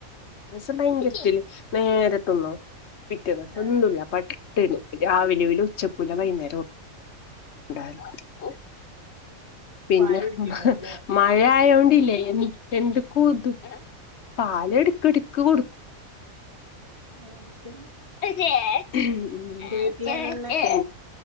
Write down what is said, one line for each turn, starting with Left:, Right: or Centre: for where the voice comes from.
Left: രസ ഭയങ്കരത്തില് നേരെ തിന്നും പിറ്റെ ദിവസം
Right: ആഹ്
Left: തിന്നില്ല. പട്ടി തേനു രാവിലെലും ഉച്ചക്കുല്ല വൈകുന്നേരം <unintelligible> പിന്നെ
Right: പാല് കുടിക്ക്ണ്ടാവും
Left: ഹും ഹെ
Right: ല്ലേ
Left: മഴ ആയോണ്ടില്ലേ എൻ എന്തക്കൊ ഉത് പാല് എടുക്ക് എടുക്ക് കൊടുക്കും.
Right: ആഹ ഹെ ശരി
Left: <unintelligible> പ്പാ
Right: വീട്ടിലാരാള്ളെ